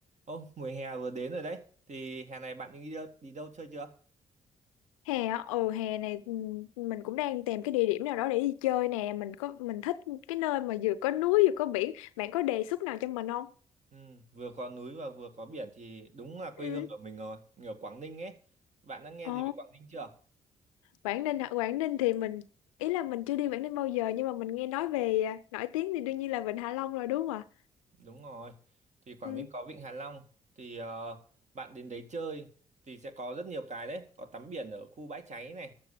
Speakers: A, on the right; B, on the left.
A: Ô, mùa hè vừa đến rồi đấy. Thì hè này bạn đi đâu, đi đâu chơi chưa?
B: hè á ừ hè này ừ, mình cũng đang tìm cái địa điểm nào đó để đi chơi nè mình có mình thích cái nơi mà vừa có núi vừa có biển bạn có đề xuất nào cho mình không
A: Ừ, vừa có núi và vừa có biển thì đúng là quê
B: ừ
A: hương của mình rồi. Mình ở Quảng Ninh ấy. Bạn đã nghe
B: ồ
A: gì về Quảng Ninh chưa?
B: Quảng Ninh hả Quảng Ninh thì mình ý là mình chưa đi Quảng Ninh bao giờ nhưng mà mình nghe nói về à, nổi tiếng thì đương nhiên là Vịnh Hạ Long rồi đúng không ạ
A: Đúng rồi. Thì Quảng
B: ừ
A: Ninh có Vịnh Hạ Long. Thì ờ, bạn đến đấy chơi thì sẽ có rất nhiều cái đấy. Có tắm biển ở khu Bãi Cháy này.